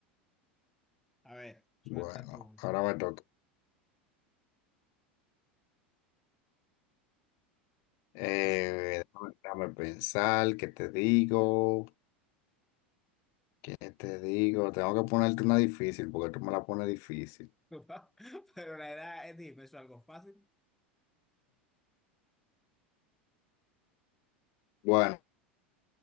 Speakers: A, in the centre; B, on the left (about 55°).
A: A ver, suelta
B: Bueno,
A: tú.
B: ahora me toca. Eh,
A: Eso.
B: déjame, déjame pensar, ¿qué te digo? ¿Qué te digo? Tengo que ponerte una difícil porque tú me la pones difícil.
A: <laughs> Pero la edad, eh, dime, ¿eso es algo fácil?
B: Bueno,